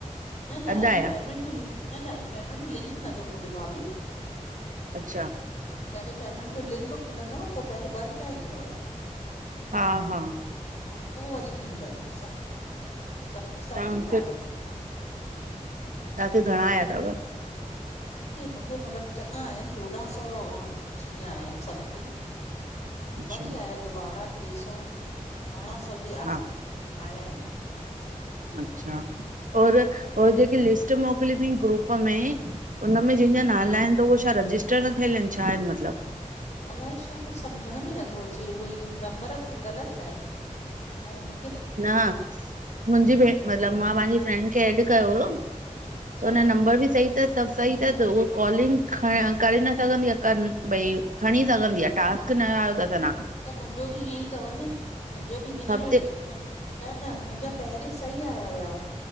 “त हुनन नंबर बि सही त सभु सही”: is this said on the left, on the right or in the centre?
Right